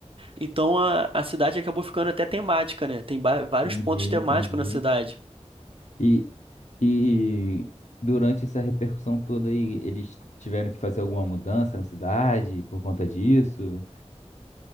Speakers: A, on the right (about 50°); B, on the left (about 85°).
A: Então a, a cidade acabou ficando até temática, né? Tem ba- vários
B: entendi,
A: pontos temáticos
B: entendi.
A: na cidade.
B: E, e durante essa repercussão toda aí, eles tiveram que fazer alguma mudança na cidade por conta disso?